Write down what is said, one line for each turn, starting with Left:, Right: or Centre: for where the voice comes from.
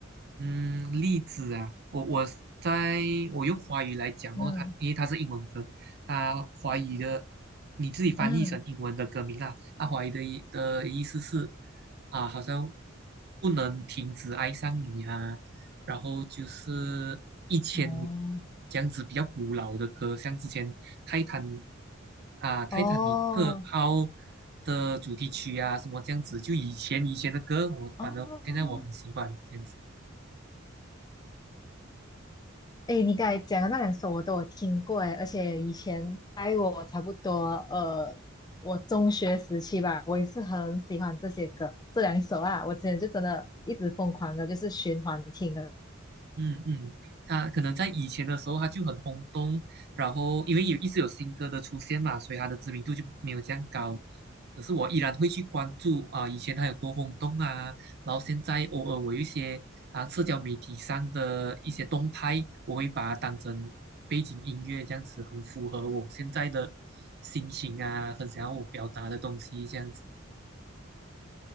Right: 嗯，例子啊，我我在我用华语来讲哦，
Left: 嗯
Right: 它因为它是英文歌，它华语的你自己翻译成英文的歌名啦，
Left: 嗯，
Right: 它华语的意的意思是啊，好像不能停止爱上你啊，然后就是一千年
Left: 哦
Right: 这样子比较古老的歌，像之前泰坦啊泰坦尼克号
Left: 哦
Right: 的主题曲啊什么这样子，就以前以前的歌，我反正现在我很喜欢这样子。
Left: 哦，哎，你刚才讲的那两首我都有听过哎，而且以前在我差不多呃，我中学时期吧，我也是很喜欢这些歌，这两首啊，我之前就真的一直疯狂的，就是循环听的。
Right: 嗯嗯，他可能在以前的时候他就很轰动，然后因为有一直有新歌的出现嘛，所以他的知名度就没有这样高。可是我依然会去关注啊、以前他有多轰动啊，然后现在偶尔我有一些啊社交媒体上的一些动态，我会把它当成背景音乐这样子，很符合我现在的心情啊，很想要我表达的东西这样子。